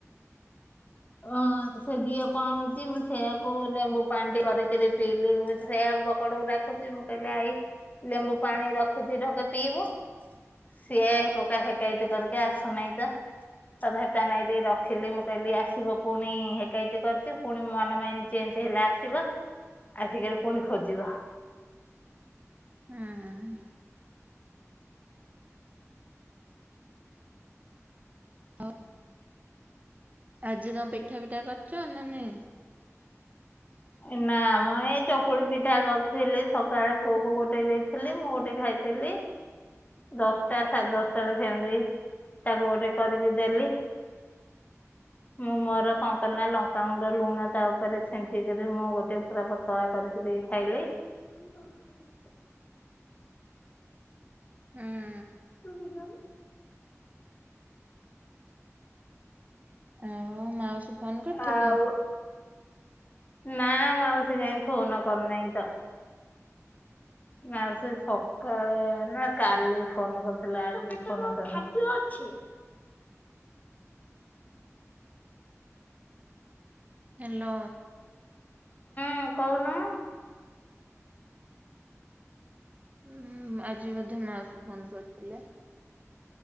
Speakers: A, on the right; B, on the left.
A: <inaudible>
B: ଅ ସେ ଦିହ କଣ ହଉଛି, ମୁଁ ସେଇଆକୁ ଲେମ୍ବୁ ପାଣି ଟିକେ କରିକି ପିଇଲେ, ମୁଁ ସେଇଆକୁ ବକଡ଼କୁ ଡାକୁଛି ମୁଁ କହିଲି ଆଇ, ଲେମ୍ବୁ ପାଣି ରଖିଛି ଢୋକେ ପିଇବୁ। ସିଏ ଟୋକା ହେକାଇତି କରିକି ଆସୁନାହିଁ ପା। ତଥାପି ତା ନାଗି ଟିକେ ରଖିଲି ମୁଁ, କହିଲି ଆସ ବ ପୁଣି ହେକାଇତୀ କରିଛି, ପୁଣି ମନ ମାଇଣ୍ଡ ଚେଞ୍ଜ ହେଲେ ଆସିବ। ଆସିକି ଏୟୀ ପୁଣି ଖୋଜିବ।
A: ହୁଁ। ହ। ଆଜି କଣ ପିଠା ପିଠା କରିଛ ନା ନାଇଁ?
B: ଏ ନା ମୁଁ ଏଇ ଚକୁଳି ପିଠା କରିଥିଲି, ସକାଳେ ପୁଅ କୁ ଗୋଟେ ଦେଇଥିଲି ମୁଁ ଗୋଟେ ଖାଇ ଦେଲି। ଦଶଟା ସାଢ଼େ ଦଶଟା ରେ ସେମିତି ତାକୁ ଗୋଟେ କରିକି ଦେଲି। ମୁଁ ମୋର କଣ କଲି ନା ଲଙ୍କାଗୁଣ୍ଡ ଲୁଣ ତା ଉପରେ ଛିନ୍ ଞ୍ଚିକିରି ମୁଁ ଗୋଟେ ପୁରା ପତଳା କରିକୀରି ଖାଇଲି। <unintelligible>
A: ହୁଁ।
B: ତୁ ବି ଯାଉନୁ।
A: ଆଉ ମାଉସୀ ଫୋନ କରିଥିଲେ?
B: ଆଉ ନା ମାଉସୀ କାଇଁ ଫୋନ କରିନେଇ ତ। ନାଉ ସେ ସକାଳେ ନା କାଲି ଫୋନ କରିଥିଲା ଆଜି ଫୋନ କରିନି
A: ହାଲୋ।
B: ହଁ କଉନୁ।
A: ଉଁ ଆଜି ମଧ୍ୟ ମାଉସୀ ଫୋନ୍ କରିଥିଲେ।